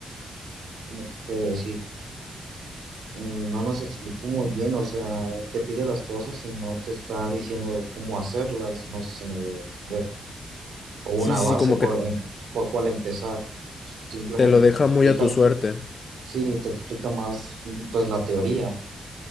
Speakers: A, on the right; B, on the left.
A: ¿cómo te puedo decir? No nos explicó muy bien, o sea, te pide las cosas y no te está diciendo cómo hacerlas, no sé si me voy a entender, o una
B: Sí, sí,
A: base
B: sí, como
A: por,
B: que
A: eh, por cuál empezar, simplemente
B: te lo deja
A: te explica,
B: muy a tu suerte.
A: sí, te explica más, pues, la teoría.